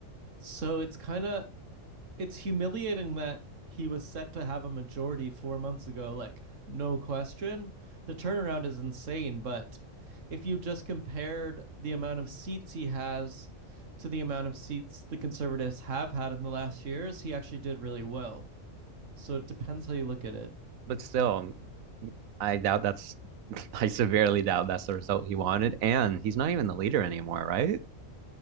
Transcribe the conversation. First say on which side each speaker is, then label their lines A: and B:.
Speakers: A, on the right; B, on the right.
A: so it's kind of it's humiliating that he was set to have a majority four months ago, like no question. The turnaround is insane, but if you just compared the amount of seats he has to the amount of seats the conservatives have had in the last years, he actually did really well. So it depends how you look at it.
B: But still, I doubt that's, <laughs> I severely doubt that's the result he wanted. And he's not even the leader anymore, right?